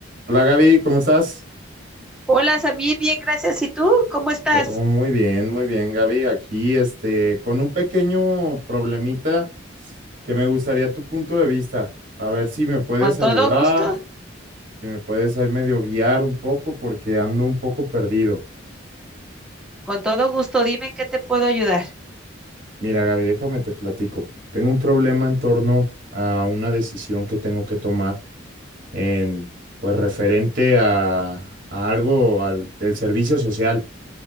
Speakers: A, on the right (about 45°); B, in the centre.
A: Hola Gaby, ¿cómo estás?
B: Hola Samir, bien, gracias. ¿Y tú? ¿Cómo estás?
A: Todo muy bien, muy bien Gaby. Aquí, este, con un pequeño problemita que me gustaría tu punto de vista. A ver si me puedes
B: Con
A: ayudar,
B: todo gusto,
A: si me puedes ahí medio guiar un poco porque ando un poco perdido.
B: con todo gusto. Dime en qué te puedo ayudar.
A: Mira Gaby, déjame te platico. Tengo un problema en torno a una decisión que tengo que tomar en, pues, referente a, a algo al, del servicio social.